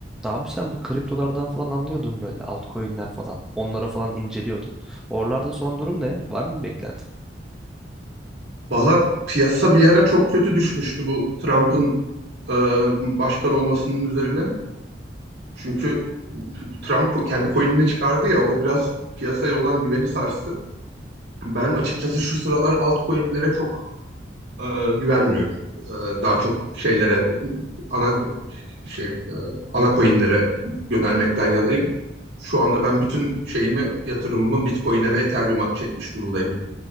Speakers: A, in the centre; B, on the right (about 65°).
A: Abi sen bu kriptolardan falan anlıyordun böyle altcoin'ler falan. Onları falan inceliyordun. Oralarda son durum ne? Var mı bir beklenti?
B: Valla piyasa bir ara çok kötü düşmüştü bu Trump'ın e, başkan olmasının üzerine. Çünkü Trump ko- kendi coin'ini çıkardı ya o biraz piyasaya olan güveni sarstı. Ben açıkçası şu sıralar altcoin'lere çok e, güvenmiyorum. E, daha çok şeylere ana şey e, ana coin'lere yönelmekten yanayım. Şu anda ben bütün şeyimi yatırımımı Bitcoin'e ve Ethereum'a çekmiş durumdayım.